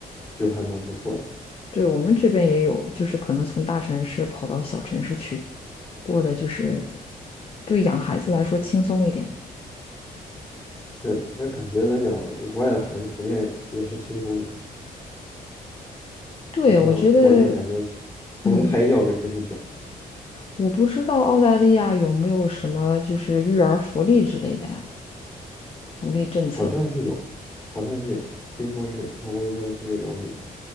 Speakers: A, on the left (about 20°); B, on the left (about 35°).
A: 就还蛮不错的。
B: 对，我们这边也有，就是可能从大城市跑到小城市去，过的就是对养孩子来说轻松一点。
A: 是的那感觉来讲，国外的孩子普遍也是轻松一些，
B: 对，
A: 不像国内感觉
B: 我觉得，
A: 从胎教就开始卷，
B: 嗯。我不知道澳大利亚有没有什么就是育儿福利之类的呀，鼓励政策。
A: 好像是有，好像是有，听说是有，但我也没有特别了解。